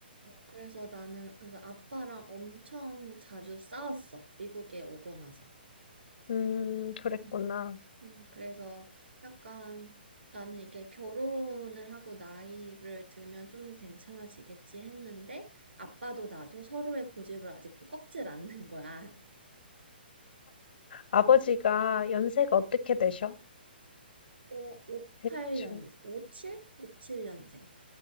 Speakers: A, on the right (about 85°); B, on the left (about 65°).
A: 그래서 나는 그래서 아빠랑 엄청 자주 싸웠어. 미국에 오고 나서.
B: 음, 그랬구나.
A: 음. 음, 그래서 약간 나는 이게 결혼을 하고 나이를 들면 좀 괜찮아지겠지 했는데 아빠도 나도 서로의 고집을 아직도 꺾질 않는 거야.
B: 아버지가 연세가 어떻게 되셔?
A: <laughs> 오, 58년,
B: 대충.
A: 57? 57년생.